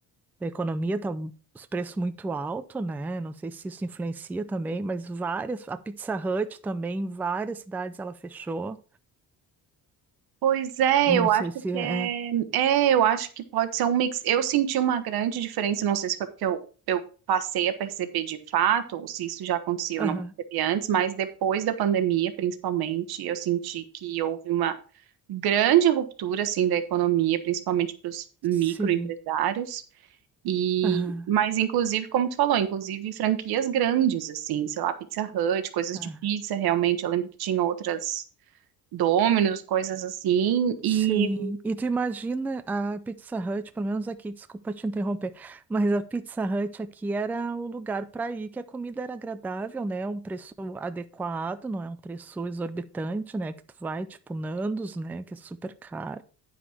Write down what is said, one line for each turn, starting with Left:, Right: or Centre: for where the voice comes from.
Centre: da economia, tá os preços muito altos, né? Não sei se isso influencia também, mas várias, a Pizza Hut também, em várias cidades ela fechou.
Right: Pois é,
Centre: Não
Right: eu
Centre: sei
Right: acho
Centre: se
Right: que
Centre: é. é,
Right: é, é, eu acho que pode ser um mix. Eu senti uma grande diferença, não sei se foi porque eu, eu passei a perceber de fato, ou se isso já acontecia,
Centre: Aham,
Right: eu não percebi antes, mas depois da pandemia, principalmente, eu senti que houve uma grande ruptura assim da economia, principalmente para os microempresários.
Centre: sim.
Right: E,
Centre: Aham,
Right: mas inclusive, como tu falou, inclusive franquias grandes assim, sei lá, Pizza Hut, coisas
Centre: tá.
Right: de pizza, realmente. Eu lembro que tinha outras Domino's, coisas assim. E
Centre: Sim. E tu imagina a Pizza Hut, pelo menos aqui, desculpa te interromper, mas a Pizza Hut aqui era o lugar para ir, que a comida era agradável, né? Um preço adequado, não é um preço exorbitante, né? Que tu vai, tipo, Nandos, né? Que é super caro.